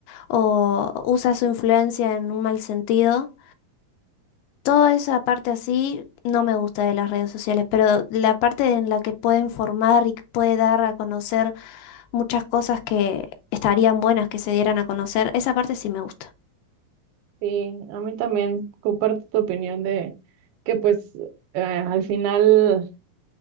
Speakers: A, on the left; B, on the right.
A: o usa su influencia en un mal sentido. Toda esa parte así no me gusta de las redes sociales, pero la parte en la que puede informar y que puede dar a conocer muchas cosas que estarían buenas que se dieran a conocer, esa parte sí me gusta.
B: Sí, a mí también comparto tu opinión de que pues eh, al final...